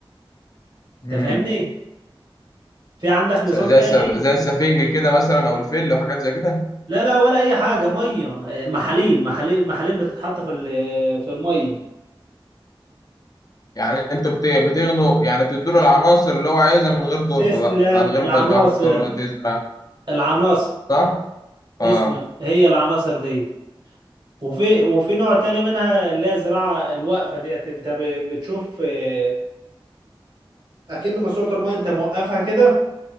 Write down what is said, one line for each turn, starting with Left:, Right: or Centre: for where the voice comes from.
Right: انت
Left: امم
Right: فاهمني في عندك نظام
Left: زي
Right: تاني
Left: الس- زي السفنج كده مثلا او الفل وحاجات زي كده
Right: لا لا ولا اي حاجة مية محاليل محاليل محاليل بتتحط في ال- في المية
Left: يعني انتوا بت... بتغنوا يعني بتدوا له العناصر اللي هو عايزها من غير تربه
Right: تسلم
Left: بقى من غير
Right: العناصر
Left: ما تحفر وتزرع
Right: العناصر
Left: صح
Right: تسلم
Left: اه
Right: هي العناصر دي وفي وفي نوع تاني منها اللي هي الزراعة الواقفة ديت انت ب- بتشوف آه، اكن ماسورة المايه انت موقفها كده